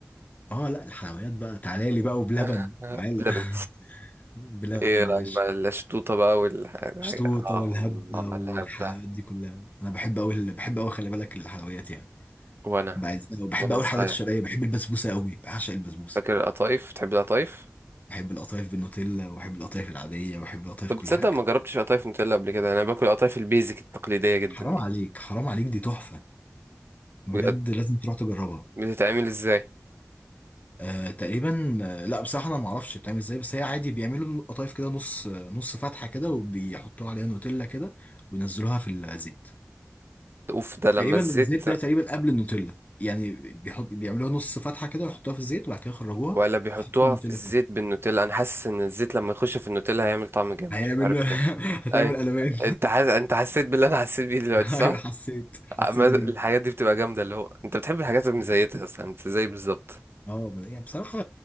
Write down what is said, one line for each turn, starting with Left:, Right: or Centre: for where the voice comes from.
Left: اه لا الحلويات بقى تعالى لي بقى وبلبن
Right: <laughs>
Left: تعالى
Right: لبن
Left: <laughs> بلبن
Right: ايه رايك
Left: يا باشا
Right: بقى الشطوطه بقى والحاجه
Left: شطوطة
Right: اه
Left: والهبدة والحلويات
Right: اللعب ده
Left: دي كلها انا بحب قوي بحب قوي خلي بالك الحلويات يعني
Right: وانا
Left: بعز- بحب
Right: وانا
Left: قوي
Right: صغير
Left: الحلويات الشرقية بحب البسبوسة قوي بعشق البسبوسة
Right: فاكر القطايف تحب القطايف
Left: بحب القطايف بالنوتيلا وبحب القطايف العادية وبحب القطايف
Right: طب
Left: كل
Right: تصدق
Left: حاجة
Right: ما جربتش قطايف نوتيلا قبل كده انا باكل قطايف البيزك التقليديه جدا
Left: حرام
Right: دي
Left: عليك حرام عليك دي تحفة بجد
Right: بجد
Left: لازم تروح تجربها
Right: بتتعمل ازاي
Left: آه تقريبا آه، لا بصراحة انا ما اعرفش بتعمل ازاي بس هي عادي بيعملوا القطايف كده نص نص فتحة كده وبيحطوها عليها نوتيلا كده وينزلوها في الزيت
Right: اوف ده لما
Left: تقريبا
Right: الزيت
Left: الزيت ده تقريبا قبل النوتيلا يعني بيحط بيعملوها نص فتحة كده ويحطوها في الزيت وبعد كده يخرجوها
Right: ولا بيحطوها
Left: يحطوا النوتيلا
Right: في الزيت
Left: فيها
Right: بالنوتيلا انا حاسس ان الزيت لما يخش في النوتيلا هيعمل طعم جامد
Left: هيعمل
Right: مش عارف ليه
Left: <laughs> هتعمل
Right: اي
Left: قلبان
Right: انت حاس... انت حسيت باللي انا حسيت بيه دلوقتي
Left: <laughs>
Right: صح
Left: ايوه حسيت حسيت
Right: ما- الحاجات
Left: بيه
Right: دي بتبقى جامدة اللي هو انت بتحب الحاجات اللي مزيتها اصلا انت زي بالظبط
Left: اه يعني بصراحة